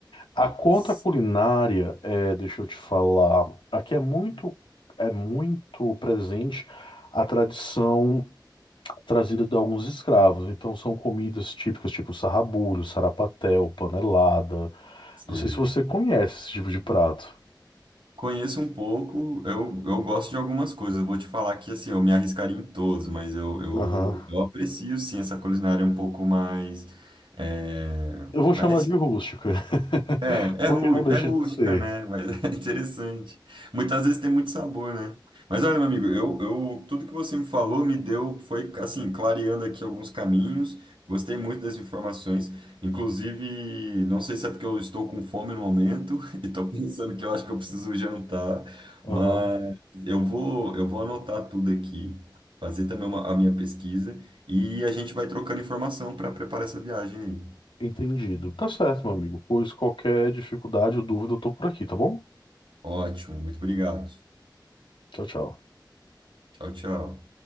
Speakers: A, on the left; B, on the right.
A: A
B: Nossa.
A: conta culinária, é, deixa eu te falar, aqui é muito, é muito presente a tradição trazida de alguns escravos. Então são comidas típicas tipo sarrabulho, sarapatel, panelada.
B: Sim.
A: Não sei se você conhece esse tipo de prato.
B: Conheço um pouco, eu, eu gosto de algumas coisas. Eu vou te falar que assim, eu me arriscaria em todos, mas eu, eu,
A: Aham.
B: eu aprecio sim essa culinária um pouco mais, é,
A: Eu vou
B: mais
A: chamar de rústica, <laughs>
B: É,
A: porque
B: é, rú,
A: não deixa
B: é rústica,
A: de ser.
B: né? Mas <laughs> é interessante. Muitas vezes tem muito sabor, né? Mas olha, meu amigo, eu, eu, tudo que você me falou me deu, foi assim, clareando aqui alguns caminhos. Gostei muito das informações. Inclusive, não sei se é porque eu estou com fome no momento <laughs> e estou pensando que eu acho que eu preciso jantar,
A: Aham,
B: mas eu vou, eu vou anotar tudo aqui, fazer também uma- a minha pesquisa e a gente vai trocando informação para preparar essa viagem aí.
A: entendido. Tá certo, meu amigo. Pois qualquer dificuldade ou dúvida, eu tô por aqui, tá bom?
B: Ótimo, muito obrigado.
A: Tchau, tchau.
B: Tchau, tchau.